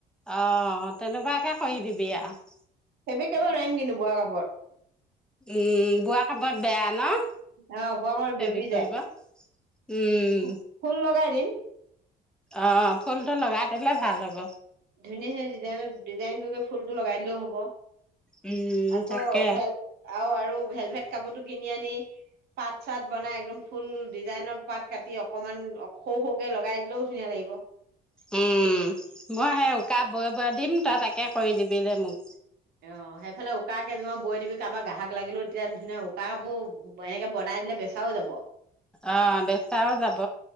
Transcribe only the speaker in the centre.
অ', তেনেকুৱাকে কৰি দিবি আৰু
এই, বোৱা কাপোৰত বেয়া ন'?
ফেব্ৰিক
কৰিব?
উম,
অ', ফুলটো লগাই দিলে ভাল হ'ব।
উম,
তাকে।
উম, মই সেই উকা বৈ বৈ দিম তই তাকে কৰি দিবি দে মোক।
অ' বেচাও যাব।